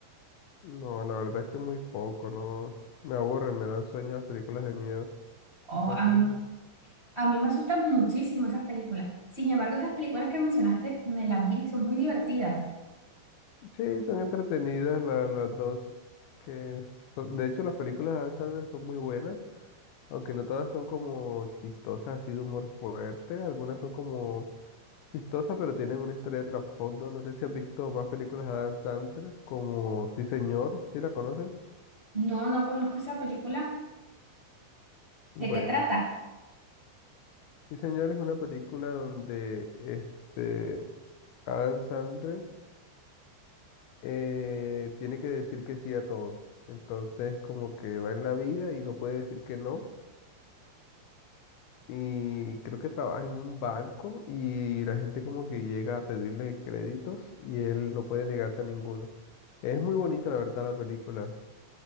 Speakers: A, on the left; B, on the right.
A: No, la verdad es que muy poco, no. Me aburren, me dan sueño las películas de miedo.
B: Oh,
A: Entonces,
B: a mí, a mí me asustan muchísimo esas películas. Sin embargo, esas películas que mencionaste me las vi, son muy divertidas.
A: sí, son entretenidas la- las dos. Que son- de hecho, las películas de Adam Sandler son muy buenas, aunque no todas son como chistosas, así de humor fuerte. Algunas son como chistosas, pero tienen una historia de trasfondo. No sé si has visto más películas de Adam Sandler, como Sí, señor, ¿sí la conoces?
B: No, no conozco esa película.
A: Bueno,
B: ¿De qué trata?
A: Sí, señor es una película donde este Adam Sandler eh, tiene que decir que sí a todo. Entonces, como que va en la vida y no puede decir que no. y creo que trabaja en un banco y la gente como que llega a pedirle créditos y él no puede negarse a ninguno. Es muy bonita la verdad la película.